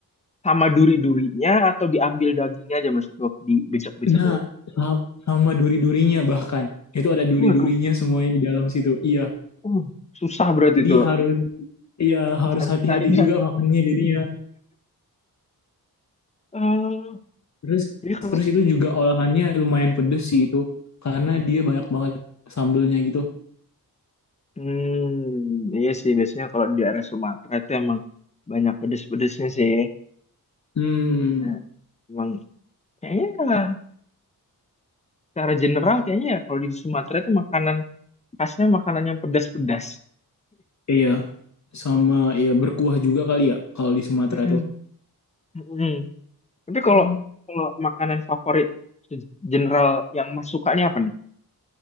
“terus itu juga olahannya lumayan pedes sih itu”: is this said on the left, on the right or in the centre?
Left